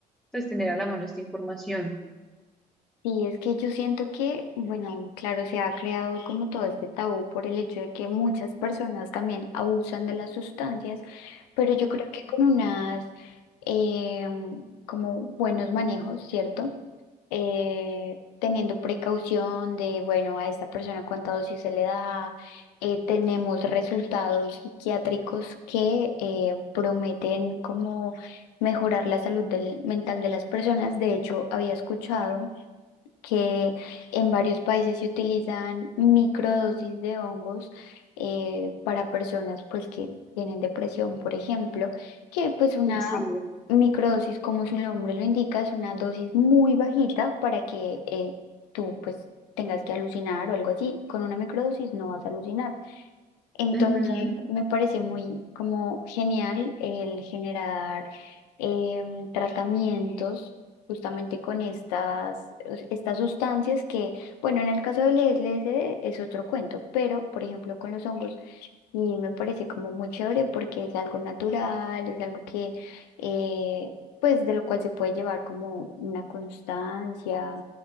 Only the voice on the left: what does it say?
Sí, es que yo siento que, bueno, claro, se ha creado como todo este tabú por el hecho de que muchas personas también abusan de las sustancias, pero yo creo que con unas eh, como buenos manejos, ¿cierto? eh, teniendo precaución de, bueno, a esta persona cuánta dosis se le da. eh, tenemos resultados psiquiátricos que eh, prometen como mejorar la salud del- mental de las personas. De hecho, había escuchado que en varios países se utilizan microdosis de hongos eh, para personas pues que tienen depresión, por ejemplo, que pues una
microdosis, como su nombre lo indica, es una dosis muy bajita para que eh, tú pues tengas que alucinar o algo así. Con una microdosis no vas a alucinar. Entonces,
me parece muy como genial el generar em, tratamientos justamente con estas, es- estas sustancias que, bueno, en el caso del LSD es otro cuento, pero por ejemplo con los hongos, y me parece como muy chévere porque es algo natural, es algo que, eh, pues de lo cual se puede llevar como una constancia.